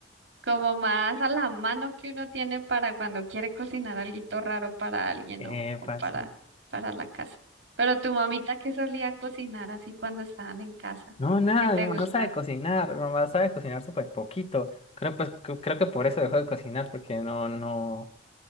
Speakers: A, on the right (about 75°); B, on the left (about 30°).
A: Como más a la mano que uno tiene para cuando quiere cocinar alguito raro para alguien
B: Eh,
A: o, o
B: fácil.
A: para, para la casa. Pero tu mamita que solía cocinar así cuando estaban en casa,
B: No, nada,
A: ¿qué te
B: mi mamá
A: gustara.
B: no sabe cocinar, mi mamá sabe cocinar súper poquito. Creo, pues, cre- creo que por eso dejó de cocinar, porque no, no,